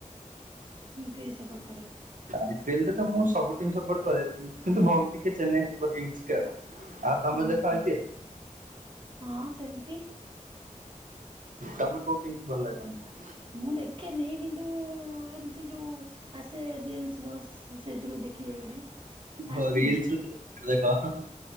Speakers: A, on the right (about 40°); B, on the right (about 75°).
A: କିଏ ସପୋର୍ଟ କର?
B: ଆଇ ପି ଏଲ ରେ ତ ମୁଁ ସବୁ ଟିମ ସପୋର୍ଟ କରେ। କିନ୍ତୁ ବହୁତ ଟିକେ ଚେନ୍ନାଇ ସୁପର କିଙ୍ଗସ୍ କି ଆଉ। ଆଉ ତମେ
A: ହୁଁ-ହୁଁ-ହଁ
B: ଦେଖ ଆଇପିଏଲ
A: ସେମତି
B: ତମେ କୋଉ ଟିମ୍ ଭଲ ଲାଗେ ତମକୁ?
A: ମୁଁ ଦେଖେନି କିନ୍ତୁ ଏମତି ଯୋଉ ଆସେ ରିଲସ ବସ୍ ସେଇଥିରୁ ଦେଖି ଯା କରେ ଆରସିବି
B: ଓ ରିଲ୍ସ ରେ ଦେଖ ହଁ ହଁ।